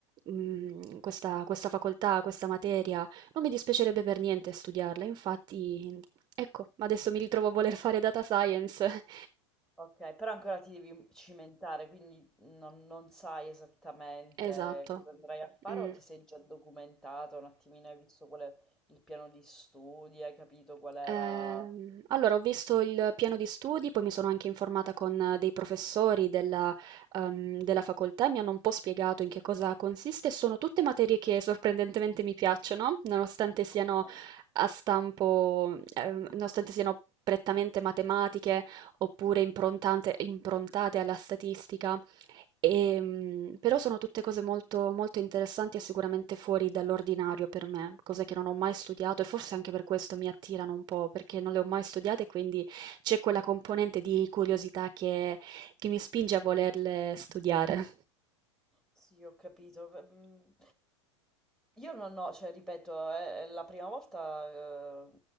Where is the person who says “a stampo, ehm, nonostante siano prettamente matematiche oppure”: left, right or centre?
Right